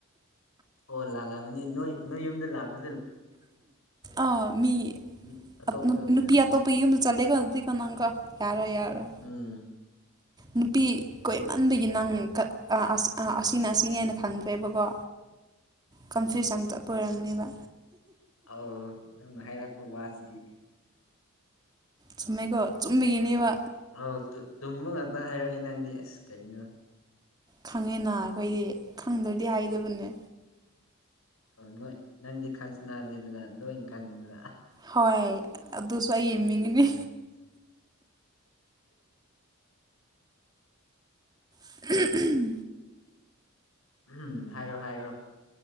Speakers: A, on the left (about 80°); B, on the right (about 20°).
A: ꯑꯣ ꯂꯥꯜꯂꯕꯅꯤ ꯅꯣꯏ ꯅꯣꯏ ꯌꯨꯝꯗ ꯂꯥꯛꯄ
B: ꯑꯥ ꯃꯤ
A: ꯃꯤ ꯑꯇꯣꯞꯄ
B: ꯑꯠ ꯅꯨ
A: ꯑꯣꯏꯔꯝꯅꯤ
B: ꯅꯨꯄꯤ ꯑꯇꯣꯞꯄꯩ ꯌꯨꯝꯗ ꯆꯠꯂꯦꯒꯣ ꯑꯗꯤ ꯁꯅꯪꯀ ꯌꯥꯔꯣꯢ ꯌꯥꯔꯣꯢ
A: ꯎꯝ
B: ꯅꯨꯄꯤ ꯀꯣꯏꯃꯟꯕꯒꯤ ꯅꯪ ꯀ ꯑ ꯑꯁ ꯑ ꯑꯁꯤꯅ ꯑꯁꯤꯅꯤ ꯍꯥꯏꯅ ꯈꯪꯗ꯭ꯔꯦꯕꯀꯣ ꯀꯟꯐ꯭ꯌꯨꯁ ꯌꯥꯝ ꯆꯠꯄ ꯑꯣꯏꯔꯝꯅꯦꯕ
A: ꯑꯥꯎ ꯅꯪꯅ ꯍꯥꯏꯔꯛꯄ ꯋꯥꯁꯤꯗꯤ
B: ꯆꯨꯝꯃꯦꯀꯣ ꯆꯨꯝꯕꯤꯒꯤꯅꯦꯕ
A: ꯑꯧ ꯇꯨ ꯇꯨꯝꯕ ꯉꯥꯛꯇ ꯍꯥꯏꯔꯛꯏ ꯅꯪꯗꯤ ꯑꯁ ꯀꯩꯅꯣ
B: ꯈꯪꯉꯦꯅ ꯑꯈꯣꯏꯗꯤ ꯈꯪꯗ꯭ꯔꯗꯤ
A: ꯎꯝ
B: ꯍꯥꯏꯗꯕꯅꯦ
A: ꯑꯣ ꯅꯣꯏ ꯅꯪꯗꯤ ꯈꯪꯁꯅꯥꯅꯤꯗꯅ ꯂꯣꯏ ꯈꯪꯉꯤꯗꯅ ꯑꯥ
B: ꯍꯣꯏ ꯑꯗꯨꯁꯨ ꯑꯩꯒꯤ ꯃꯤꯡꯅꯤ
A: ꯎꯝ
B: <unintelligible>
A: ꯎꯝꯍꯨꯝ ꯍꯥꯏꯔꯣ ꯍꯥꯏꯔꫭ